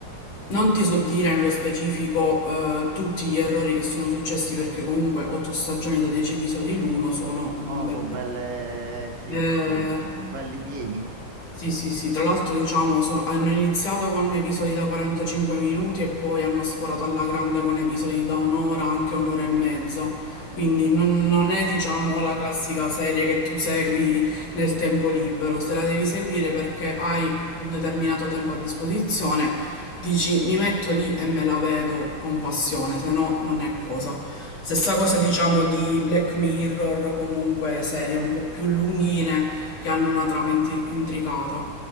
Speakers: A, on the left; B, on the right.
A: Non ti so dire nello specifico eh, tutti gli errori che sono successi perché comunque otto stagioni da 10 episodi l'uno sono un
B: Oh,
A: bel
B: sono
A: po'.
B: belle, sì,
A: Eh,
B: sono belli pieni.
A: sì, sì, sì, tra l'altro diciamo so- hanno iniziato con episodi da 45 minuti e poi hanno sforato alla grande con episodi da un'ora, anche un'ora e mezza, quindi non, non è diciamo la classica serie che tu segui nel tempo libero, se la devi seguire perché hai un determinato tempo a disposizione, dici mi metto lì e me la vedo con passione, se no non è cosa. Stessa cosa diciamo di Black Mirror o comunque serie un po' più lunghine che hanno una trama inti- intricata.